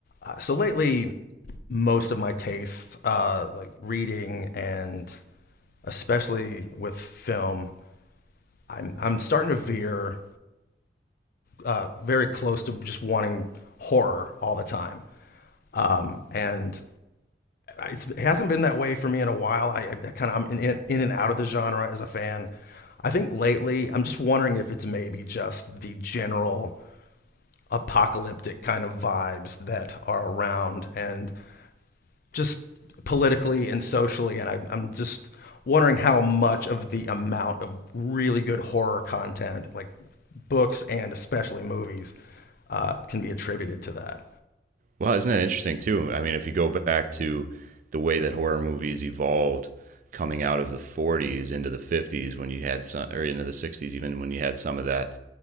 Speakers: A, on the left; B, on the right.
A: Uh, so lately, most of my tastes, uh, like reading and especially with film, I'm I'm starting to veer uh, very close to just wanting horror all the time. Um, and it's, it hasn't been that way for me in a while. I, I kind of I'm in, in in and out of the genre as a fan. I think lately I'm just wondering if it's maybe just the general apocalyptic kind of vibes that are around and just politically and socially. And I, I'm just wondering how much of the amount of really good horror content, like books and especially movies, uh, can be attributed to that.
B: Well, isn't that interesting too? I mean, if you go back to the way that horror movies evolved coming out of the 40s into the 50s when you had some or into the 60s even when you had some of that